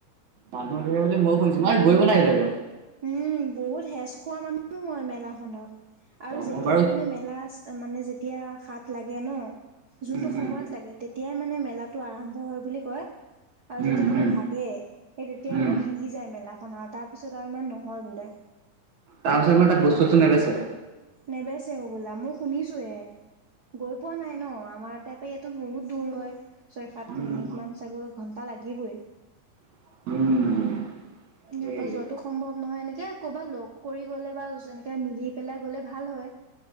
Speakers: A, on the right; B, on the right.
A: মানুহৰ ধৰিব বুলি ময়ো সুনিছো মই গৈ নাইলকে
B: উম, বহুত হেচ খোৱা মানুহ হয় মেলাখনত। আৰু
A: অ
B: যেতিয়া
A: মই বাৰু
B: মানে মেলা মানে যেতিয়া হাত লাগে ন। যোনটো
A: উম
B: সময়ত
A: উম
B: লাগে তেতিয়াই মানে মেলাটো আৰম্ভ হয় বুলি কয়। আৰু
A: উম
B: যেতিয়া মানে
A: উম
B: ভাগে সেই তেতিয়া
A: উম
B: মানে ভাগি যায় মেলা খন আৰু তাৰপিছত তাৰমান নহয় বোলে।
A: তাৰ পাছত নে তাত বস্তু চস্তু নেবেছে।
B: নেবেচে হ'বলা মই শুনিছোহে গৈ পোৱা নাই ন আমাৰ তাৰাপৰা এইাতো বহুত। দুৰ হয় ছয় সাত
A: উম
B: মিনি চাগৈ ঘণ্টা লাগিবই।
A: উম, তাকেই
B: ইয়াৰ পৰা যোৱাাতটো সম্ভৱ নহয় এনেকে। ক'বাত লগ কৰি গ'লে বা এনেকে মিলি পেলাই গ'লে ভাল হয়